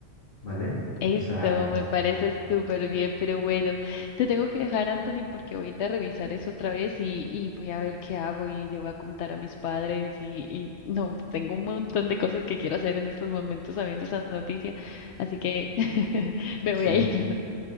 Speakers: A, on the left (about 55°); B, on the left (about 85°).
A: ¿vale?
B: Eso
A: O sea,
B: me parece súper bien, pero bueno, te tengo que dejar, Anthony, porque voy a ir a revisar eso otra vez y, y voy a ver qué hago y le voy a contar a mis padres y, y no, tengo un montón de cosas que quiero hacer en estos momentos sabiendo esa noticia, así que <laughs> me
A: sí,
B: voy a ir.